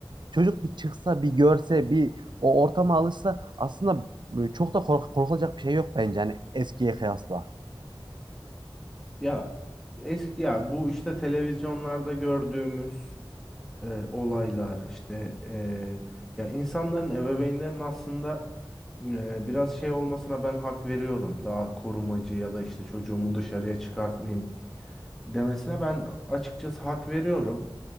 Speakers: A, on the right; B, in the centre.
A: çocuk bir çıksa, bir görse, bir o ortama alışsa aslında e, çok da kork- korkulacak bir şey yok bence hani eskiye kıyasla.
B: Ya eski ya bu işte televizyonlarda gördüğümüz e, olaylar işte e, ya insanların ebeveynlerin aslında e, biraz şey olmasına ben hak veriyorum. Daha korumacı ya da işte çocuğumu dışarıya çıkartmayayım demesine ben açıkçası hak veriyorum.